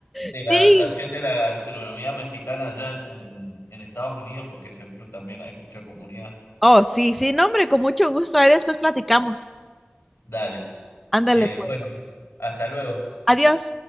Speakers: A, on the left (about 85°); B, in the centre.
A: de
B: Sí,
A: la adaptación de la gastronomía mexicana allá en, en en Estados Unidos, porque seguro también hay mucha comunidad.
B: oh, sí, sí, no, hombre, con mucho gusto, ahí después platicamos.
A: Dale.
B: Ándale,
A: Eh,
B: pues.
A: bueno, hasta luego.
B: Adiós.